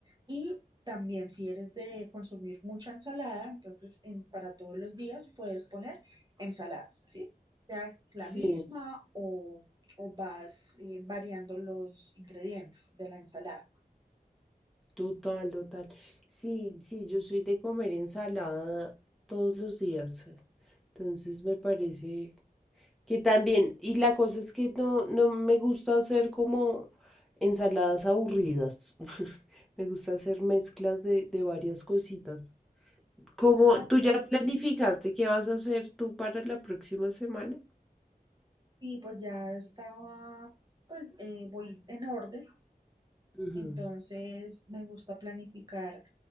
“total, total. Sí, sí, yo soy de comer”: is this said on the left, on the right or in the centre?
Centre